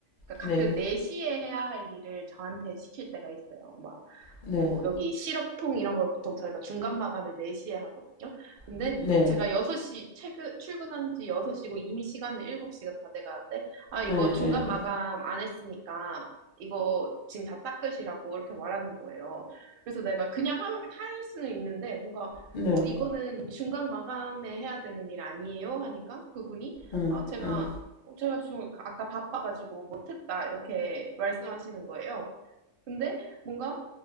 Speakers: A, on the right; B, on the left.
A: 그러니까
B: 네,
A: 가끔 4시에 해야 할 일을 저한테 시킬 때가 있어요. 막,
B: 네,
A: 뭐, 여기 시럽통 이런 걸 보통 저희가 중간 마감을 4시에 하거든요. 근데
B: 네,
A: 제가 6시, 퇴근, 출근한 지 6시고 이미 시간은 7시가 다 돼가는데, 아, 이거
B: 네,
A: 중간 마감 안 했으니까 이거 지금 다 닦으시라고 이렇게 말하는 거예요. 그래서 내가 그냥 하- 할 수는 있는데, 뭔가
B: 네, 네.
A: 어, 이거는 중간 마감에 해야 되는 일 아니에요? 하니까 그분이,
B: 응,
A: 아, 제가,
B: 응,
A: 어, 제가 지금 아까 바빠가지고 못했다. 이렇게 말씀하시는 거예요. 근데 뭔가